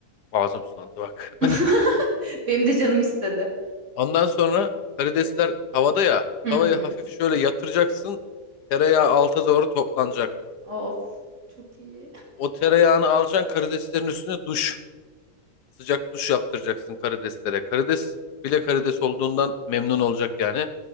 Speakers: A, on the left; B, on the right.
A: ağzım sulandı bak.
B: <laughs> Benim de canım istedi.
A: <laughs> Ondan sonra karidesler havada ya.
B: Hı
A: Tavayı
B: hı.
A: hafif şöyle yatıracaksın. Tereyağı alta doğru toplanacak.
B: Of. Çok iyi.
A: O tereyağını alacaksın karideslerin üstüne duş. Sıcak duş yaptıracaksın karideslere. Karides bile karides olduğundan memnun olacak yani.